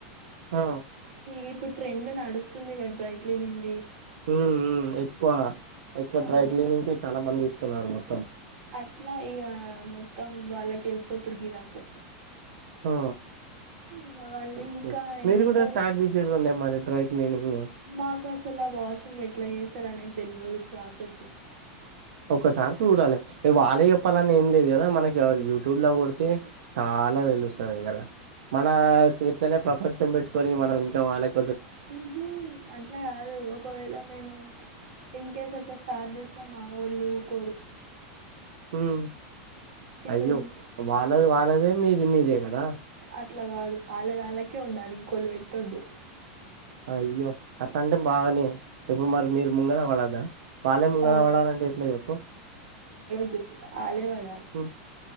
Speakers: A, on the right; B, on the right.
A: ఆ
B: ఇగ ఇప్పుడు ట్రెండ్ నడుస్తుంది క డ్రై క్లీనింగ్
A: ఉమ్ ఉమ్ ఎక్కువ ఎక్కువ
B: ఆ,
A: డ్రై క్లీనింగ్ కి చాలా మంది ఇస్తున్నారు మొత్తం
B: అట్లా ఇగ మొత్తం వాళ్ళకి యెళ్ళిపోతుర్రు గిరాకు
A: ఆ
B: ఇంకా వాళ్ళు
A: ఓకే
B: ఇంకా ఏమంటారు
A: మీరు గూడా స్టార్ట్ జేసేదుండే మరి డ్రై క్లీనింగ్
B: మాకు అసలు ఆ వాషింగ్ ఎట్లా జేస్తరు అనేది దెల్ వదు ప్రాసెస్
A: ఒకసారి చూడాలి వాళ్ళే చెప్పాలని ఏం లేదు గదా మనకి యూట్యూబ్ లో గొడితే టా ఆలా దెలుస్తది గదా మన చేత్లనే ప్రపంచం పెట్టుకొని మనం ఇంకా వాళ్ళకి
B: ఉమ్ హు అట్లా గాదు ఒకవేళ మేము ఇన్ కేస్ అట్లా స్టార్ట్ జేసిన మా వోళ్ళు ఊకోరు
A: ఉమ్
B: ఇప్పుడు
A: అయ్యో వాళ్ళది వాళ్ళదే మీది మీదే గదా
B: అట్లా గాదు ఆళ్ళది ఆళ్ళకే ఉండాలి ఇంకోళ్ళు బెట్టొద్దు
A: అయ్యో అట్లాంటే బాగనే ఇప్పుడు మరి మీరు ముంగర బడొద్దా వాళ్ళె ముంగర
B: పాడొద్దు
A: బడాలంటే ఎట్ల జెప్పు
B: ఆళ్ళె బడాలే
A: హు